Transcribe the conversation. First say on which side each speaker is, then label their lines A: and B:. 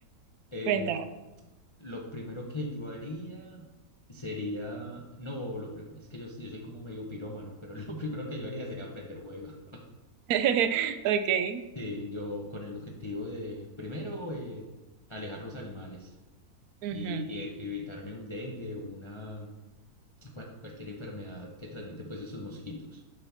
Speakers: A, on the left; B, on the right.
A: Eh,
B: Cuéntame.
A: lo primero que yo haría sería, no, lo prim- es que yo, yo soy como medio pirómano, pero <laughs> lo primero que yo haría sería aprender juegos.
B: <laughs> Ok.
A: Sí, yo con el objetivo de, primero, eh, alejar los animales
B: Ujú.
A: y, y e- evitarme un dengue, una cual- cualquier enfermedad que transmiten pues esos mosquitos.